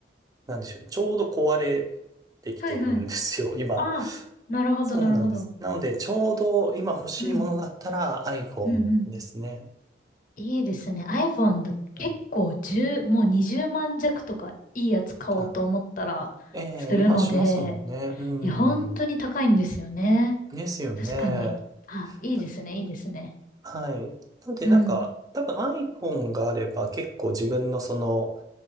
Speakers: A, on the right; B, on the left.
A: なんでしょう。ちょうど壊れてきてるんですよ、
B: はいはい。
A: 今。
B: ああ、なるほど、
A: そうなんです。
B: なるほど。
A: なので、ちょうど今欲しいものだったら
B: うん、
A: iPhone
B: うん、うん。
A: ですね。
B: いいですね。iPhone だ、
A: はい。
B: 結構1もう20万弱とかいいやつ買おうと思ったらするので、
A: あ、ええ今しますもんね。う
B: いや、本当に高いんですよね。
A: ん。ですよね。
B: 確かに。あ、いいですね、
A: だ
B: いいですね。
A: はい。なので、
B: うん、
A: なんか、多分 iPhone があれば結構自分のその、